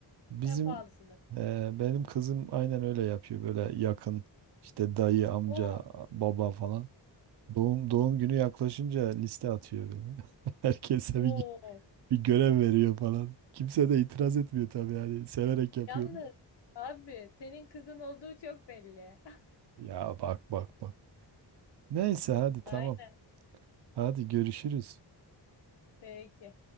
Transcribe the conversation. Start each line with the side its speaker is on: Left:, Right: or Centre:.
Right: Bizim
Left: En pahalısını.
Right: e, benim kızım aynen öyle yapıyor böyle yakın işte dayı, amca,
Left: Oo,
Right: baba falan. Doğum doğum günü yaklaşınca liste atıyor böyle. <laughs> Herkese
Left: oo.
Right: bir, bir görev veriyor falan. Kimse de itiraz etmiyor tabii yani severek yapıyor.
Left: Yalnız abi senin kızın olduğu çok belli.
Right: Ya bak bak bak. Neyse hadi tamam.
Left: Aynen.
Right: Hadi görüşürüz.
Left: Peki.